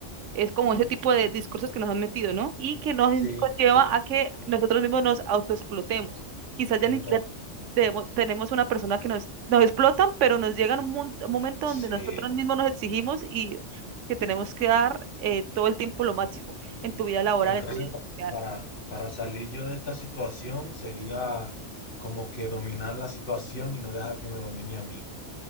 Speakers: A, on the right (about 75°); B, on the left (about 45°).
A: Es como ese tipo de discursos que nos han metido, ¿no? Y que nos
B: Sí,
A: lleva
B: sí.
A: a que nosotros mismos nos autoexplotemos. Quizás
B: Entonces,
A: ya ni siquiera debemos- tenemos una persona que nos, nos explotan, pero nos llega un, mun- un momento donde
B: sí.
A: nosotros mismos nos exigimos y que tenemos que dar eh, todo el tiempo lo máximo en tu vida laboral,
B: Entonces,
A: en tu vida
B: pa-
A: social.
B: para, para salir yo de esta situación sería como que dominar la situación y no dejar que me domine a mí.